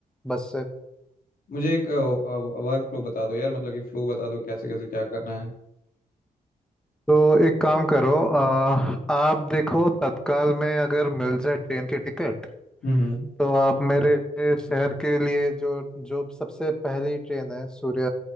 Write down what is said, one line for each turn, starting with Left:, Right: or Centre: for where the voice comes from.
Centre: बस से
Left: मुझे एक वर्क फ्लो बता दो यार मतलब कि फ्लो बता दो कैसे कैसे क्या करना है
Centre: तो एक काम करो आ, आप देखो तत्काल में अगर मिल जाए ट्रेन की टिकट
Left: हम्म हम्म
Centre: तो आप मेरे शहर के लिए जो जो सबसे पहली ट्रेन है सूर्य